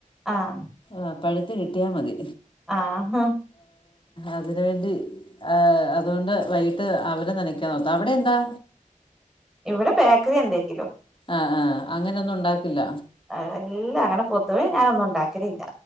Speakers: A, in the centre; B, on the left.
A: ആഹ്
B: ആഹ് പഴുത്ത് കിട്ടാമതി
A: ആഹാ
B: അതിനുവേണ്ടി അതുകൊണ്ട് വൈകിട്ട് അവൽ നന <unintelligible> അവിടെ എന്താ
A: ഇവടെ ബേക്ക്റി എന്തേക്കിലും
B: ആ ആഹ അങ്ങനൊന്നും ഉണ്ടാക്കില്ല
A: അല്ല അങ്ങനെ പൊതുവേ ഞാനൊന്നും ഉണ്ടാക്കലില്ല